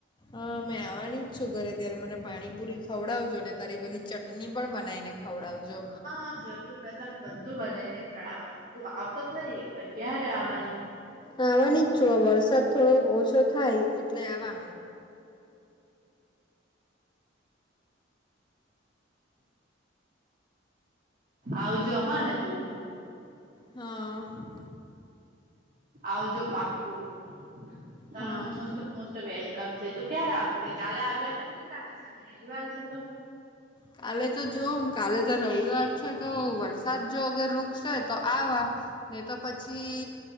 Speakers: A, on the left (about 25°); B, on the right (about 45°).
A: અ મેં આવવાની જ છું ઘરે ત્યારે મને પાણીપુરી ખવડાવજો ને તારી બધી ચટણી પણ બનાવીને ખવડાવજો
B: <unintelligible> તને બધું બનાઈને ખવડાવા તું આવતો ખરી એક વાર ક્યારે આવવાની
A: આવાની જ છું આ વરસાદ થોડો ઓછો થાય એટલે આવા
B: આવજો હ ને તું
A: હમ્મ
B: આવજો પાક્કું <unintelligible>
A: હા
B: મોસ્ટ વેલકમ છે તું ક્યારે આવશે કાલે આવ્યા કરની શની કાલે રવિવાર છે તો
A: કાલે તો જોમ કાલે તો રવિવાર છે તો વરસાદ જો અગર રૂકશે તો આવા ને તો પછી